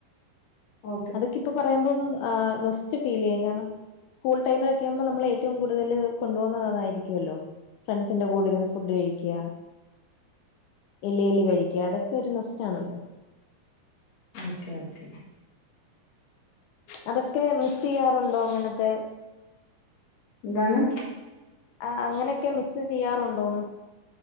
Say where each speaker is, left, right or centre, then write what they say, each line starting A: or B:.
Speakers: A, on the left; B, on the left.
A: ഓക്കേ.
B: അതൊക്കെ ഇപ്പം പറയുമ്പം ആഹ് നൊസ്റ്റു ഫീൽ ചെയ്യും. കാരണം സ്കൂൾ ടൈമിലൊക്കെ ആകുമ്പോ നമ്മൾ ഏറ്റവും കൂടുതൽ കൊണ്ടപോകുന്നത് അതായിരിക്കല്ലോ. ഫ്രണ്ട്സിന്റെ കൂടെ ഇരുന്ന് ഫുഡ് കഴിക്കാ. ഇലേല് കഴിക്കാ. അതൊക്കെ ഒരു നൊസ്റ്റ് ആണല്ലോ.
A: Okay okay.
B: അതൊക്കെ മിസ് ചെയ്യാറുണ്ടോ? അങ്ങനത്തെ.
A: എന്താണ്?
B: ആഹ് അങ്ങനെയൊക്കെ മിസ് ചെയ്യാറുണ്ടോന്ന്?